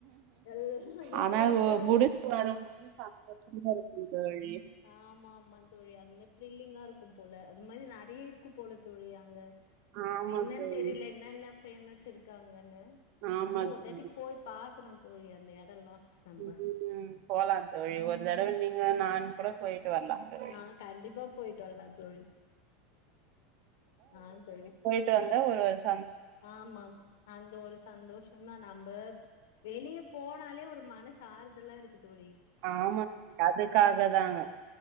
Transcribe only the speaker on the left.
எல்லா ரியல்லா
போற
ஆமாமாந்தோழி அந்த மாரி த்ரில்லிங்கா இருக்கும் போல அது மாரி நெறைய இருக்கு போல தோழி அங்க
என்னன்
தெரில என்ன என்ன பேமஸ் இருக்கு அங்கன்னு
ஆனா ஒருதாட்டி
போய் பா கணு தோழி அந்த எடல்லா நம்ப
ஆ கண்டிப்பா போய்ட்டு வல்லா தோழி ஆ தோழி
ஆமாம் அந்த ஒரு சந்தோஷம்தா நம்ப வெளிய போனாலே ஒரு மனசு ஆறுதலா இருக்கு தோழி